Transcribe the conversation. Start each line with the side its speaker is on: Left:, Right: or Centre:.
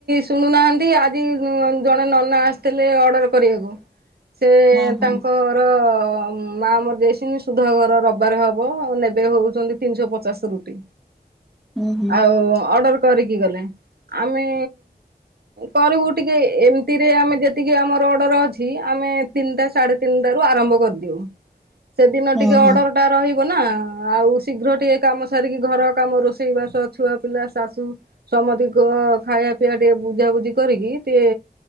Right: ଶୁଣୁନାହାନ୍ତି ଆଜି ଉମ ଜଣେ ନନା ଆସିଥିଲେ ଅର୍ଡ଼ର କରିବାକୁ ସେ
Centre: ହୁଁ ହୁଁ
Right: ତାଙ୍କ ର ମା ମରିଯାଇଛିନ୍ତି ସୁଧ ଘର ରବିବାର ହବ ଆଉ ନେବେ ହଉଛନ୍ତି ତିନିଶହ ପଚାଶ ରୁଟି।
Centre: ହୁଁ ହୁଁ
Right: ଆଉ ଅର୍ଡର କରିକି ଗଲେ। ଆମେ କରିବୁ ଟିକେ, ଏମିତିରେ ଆମେ ଯେତିକି ଆମର ଅର୍ଡର ଅଛି, ଆମେ ତିନିଟା ସାଢେ ତିନିଟା ରୁ ଆରମ୍ଭ କରିଦିଉ, ସେଦିନ
Centre: ହୁଁ
Right: ଟିକେ
Centre: ହୁଁ
Right: ଅର୍ଡର ରହିବ ନା, ଆଉ ଶୀଘ୍ର ଟିକେ କାମ ସାରିକି ଘର କାମ, ରୋଷେଇବାସ, ଛୁଆ ପିଲା, ଶାଶୁ ସମତିଙ୍କ ଖାଇବା ପିଇବା ଟିକେ ବୁଝାବୁଝି କରିକି ଟିକେ